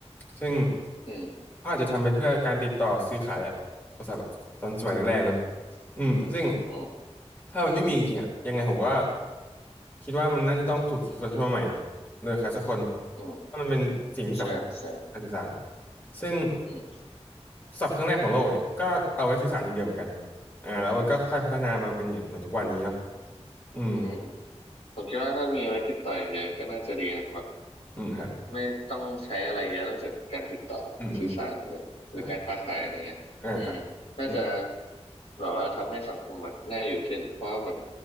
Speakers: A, on the left; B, on the left.
A: ซึ่ง
B: อืม
A: เขาอาจจะทำไปเพื่อการติดต่อซื้อขายแหละโทรศัพท์ตอนสมัยแรกๆเนาะอืมซึ่ง
B: อืม
A: ถ้ามันไม่มีจริงๆอ่ะยังไงผมก็คิดว่ามันน่าจะต้องถูกคิดค้นขึ้นมาใหม่โดยใครสักคน
B: อืม
A: ถ้ามันเป็นสิ่งที่สำคัญการสื่อสาร
B: ใช่ใช่
A: ซึ่ง
B: อืม
A: ศัพท์เครื่องแรกของโลกเนี่ยก็เอาไว้สื่อสารอย่างเดียวเหมือนกันอ่าแล้วมันก็ค่อยพัฒนามาเป็นอย่างเหมือนทุกวันนี้เนาะอืม
B: อืมผมคิดว่าถ้ามีไว้ติดต่ออย่างเดียวก็น่าจะดีนะแบบ
A: อืมครับ
B: ไม่ต้องใช้อะไรเยอะนอกจากการติดต่อสื่อสาร
A: อืมอืม
B: หรือการค้าขายอะไรเงี้ยอืมน่าจะ
A: อ่าอ่าครับอืม
B: แบบว่าทำให้สังคมอะน่าอยู่ขึ้นเพราะว่าแบบ